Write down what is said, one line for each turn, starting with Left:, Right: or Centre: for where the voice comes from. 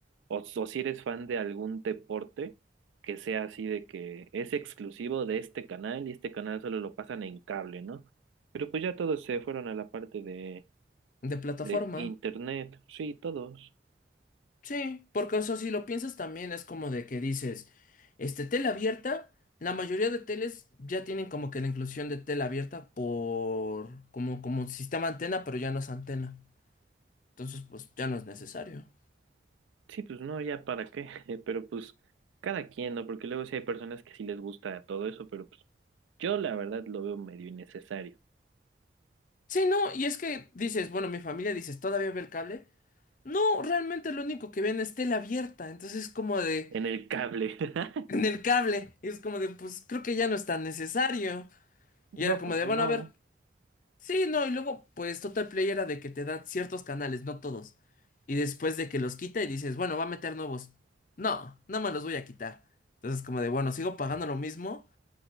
Right: o, o si eres fan de algún deporte que sea así de que es exclusivo de este canal y este canal solo lo pasan en cable, ¿no? Pero pues ya todos se fueron a la parte de,
Left: de plataforma.
Right: de internet. Sí, todos.
Left: Sí, porque o sea, si lo piensas también es como de que dices, este tela abierta, la mayoría de teles ya tienen como que la inclusión de tela abierta por como como sistema antena, pero ya no es antena. Entonces, pues ya no es necesario.
Right: Sí, pues no, ya para qué. <laughs> Pero pues cada quien, ¿no? Porque luego sí hay personas que sí les gusta todo eso, pero pues yo la verdad lo veo medio innecesario.
Left: Sí, no, y es que dices, bueno, mi familia dices, ¿todavía ve el cable? No, realmente lo único que ven es tela abierta, entonces es como de,
Right: En el cable. <laughs>
Left: en el cable, y es como de, pues creo que ya no es tan necesario. Y
Right: No,
Left: era como
Right: pues
Left: de,
Right: no,
Left: bueno, a ver, sí, no, y luego, pues Total Play era de que te dan ciertos canales, no todos. Y después de que los quita y dices, bueno, va a meter nuevos. No, no me los voy a quitar. Entonces como de, bueno, sigo pagando lo mismo